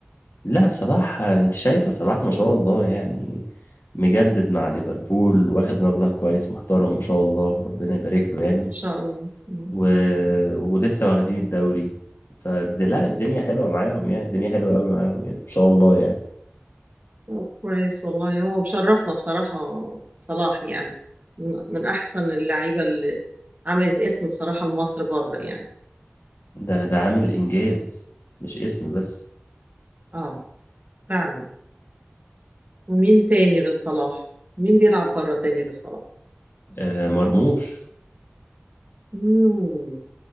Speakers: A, on the left; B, on the right.
A: لا صلاح انت شايفه صلاح ما شاء الله يعني مجدد مع ليفربول واخد مبلغ كويس محترم ما شاء الله ربنا يبارك له يعني
B: ما شاء الله مم.
A: و... ولسه واخدين الدوري فد... لا الدنيا حلوة معاهم يعني الدنيا حلوة قوي معاهم يعني إن شاء الله يعني
B: طب كويس والله هو مشرفنا بصراحة صلاح يعني من, من أحسن اللعيبة اللي عملت اسم بصراحة لمصر بره يعني
A: ده ده عامل إنجاز مش اسم بس
B: اه فعلا ومين تاني غير صلاح مين بيلعب بره تاني غير صلاح
A: آه مرموش
B: مم.